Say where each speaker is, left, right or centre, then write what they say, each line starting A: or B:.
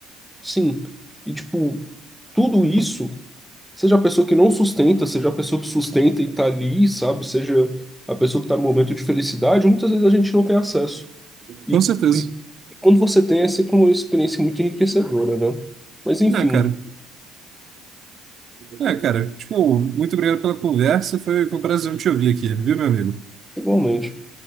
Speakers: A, in the centre; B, on the right.
A: Sim. E, tipo, tudo isso, seja a pessoa que não sustenta, seja a pessoa que sustenta e tá ali, sabe? Seja a pessoa que tá no momento de felicidade, muitas vezes a gente não tem acesso. E,
B: Com certeza.
A: e quando você tem, é sempre uma experiência muito enriquecedora, né? Mas, enfim,
B: É, cara. É, cara, tipo, muito obrigado pela conversa. Foi, um prazer te ouvir aqui, viu, meu amigo?
A: igualmente.